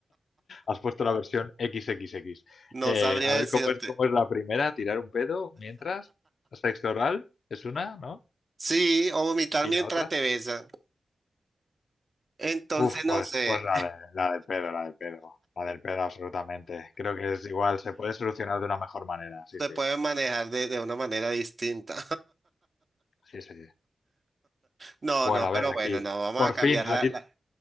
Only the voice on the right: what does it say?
No
sabría
decirte.
Sí, o vomitar
mientras
te besan. Entonces,
no
sé,
se
puede manejar de de una manera distinta.
No,
no,
pero bueno,
no, vamos
a cambiar
la,
la,